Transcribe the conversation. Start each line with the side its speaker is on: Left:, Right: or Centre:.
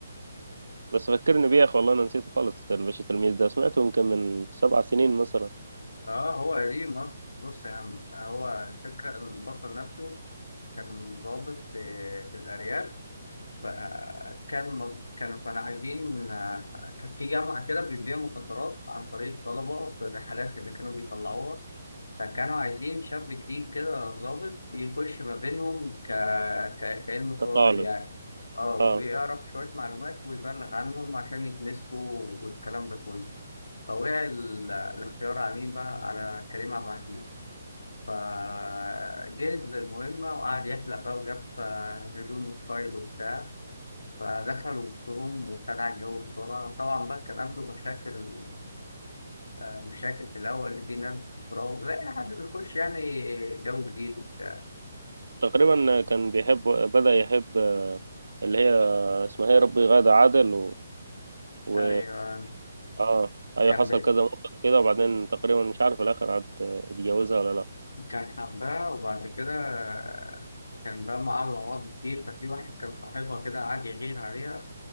Right: بس فكرني بيه يا اخي والله انا نسيته خالص الباشا تلميذ ده سمعته يمكن من سبع سنين مثلا
Left: أه هو قديم أصلا بص يا عم هو الفكرة إن البطل نفسه كان ضابط في في الأرياف فكان كانوا كانوا عايزين آه، كان في جامعة كده بتبيع مخدرات عن طريق الطلبة في الرحلات اللي كانوا بيطلعوها فكانوا عايزين شاب جديد كده ظابط يخش ما بينهم ك... ك... كأنه
Right: كطالب
Left: طالب يعني اه ويعرف
Right: اه
Left: شوية معلومات ويبلغ عنهم عشان يتمسكوا والكلام ده كله فوقع ال- الاختيار على مين بقى على كريم عبد العزيز فجهز للمهمة وقعد يحلق بقى وجاب آه، هدوم وستايل وبتاع فدخل وسطهم وخدع الجو بسرعة طبعا بقى كان عنده مشاكل آه، مشاكل في الأول اللي دي ناس بتراوغ لا أي حد بيخش يعني جو جديد وبتاع
Right: تقريبا كان بيحب بدأ يحب اللي هي اسمها ايه ربي غادة عادل و
Left: أيوة
Right: اه ايوه
Left: كان
Right: حصل
Left: ب...
Right: كذا موقف كده وبعدين تقريبا مش عارف في الاخر عاد اتجوزها ولا لا
Left: كان حباه وبعد كده آه، كان بقى معاه أمراض كتير ففي واحد كان صاحبها كده قعد يغير عليها